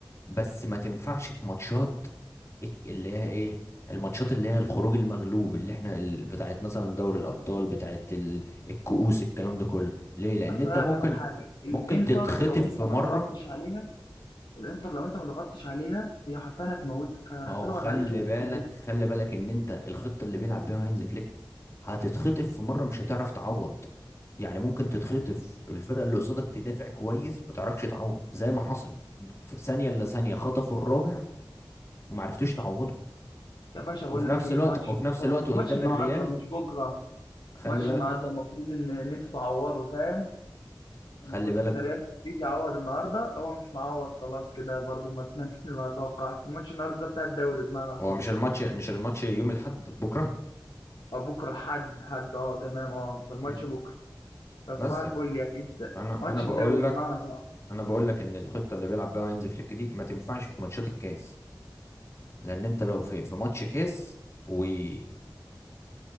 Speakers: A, on the left (about 35°); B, on the left (about 65°).
A: بس ما تنفعش في ماتشات الك- اللي هي ايه الماتشات اللي هي الخروج المغلوب اللي احنا ال- بتاعت مثلا دوري الابطال بتاعت ال- الكؤوس الكلام ده كله ليه لان
B: اصل
A: انت
B: انا
A: ممكن
B: هفهمك حاجه الانتر
A: ممكن تتخطف
B: لو انت
A: في مرة
B: ما ضغطتش عليها الانتر لو انت ما ضغطتش عليها هي حرفيا هتموتك يعني
A: ما هو
B: هتضغط
A: خلي
B: عليك يا
A: بالك
B: هتموتك
A: خلي بالك ان انت الخطه اللي بيلعب بيها هاينز فليك هتتخطف في مره مش هتعرف تعوض يعني ممكن تتخطف الفرقه اللي قصادك تدافع كويس ما تعرفش تعوض زي ما حصل في ثانيه الا ثانيه خطفوا الرابع وما عرفتوش تعوضه
B: يا باشا بقول
A: وفي
B: لك
A: نفس
B: ايه
A: الوقت
B: ماتش
A: وفي
B: بكره
A: نفس الوقت قدام
B: ماتش النهارده
A: الريال
B: مش بكره
A: خلي
B: ماتش
A: بالك
B: النهارده المفروض ان ان انتوا تعوضوا فاهم المفروض
A: خلي بالك
B: ان ريال مدريد يعوض النهارده هو مش معوض خلاص كده برضو ما اتمنش <laughs> ما اتوقعش الماتش النهارده ده بتاع الدوري بمعنى اصح
A: هو مش الماتش مش الماتش يوم الاحد بكره
B: او بكره حد حد اه تمام اه فالماتش
A: م.
B: بكره فصباح
A: بس
B: الفل
A: ف-
B: يعني انت
A: انا
B: ماتش
A: انا بقول
B: الدوري
A: لك
B: بمعنى اصح
A: انا بقول لك ان الخطه اللي بيلعب بيها هاينز فليك دي ما تنفعش في ماتشات الكاس لان انت لو في في ماتش كاس واتخطفت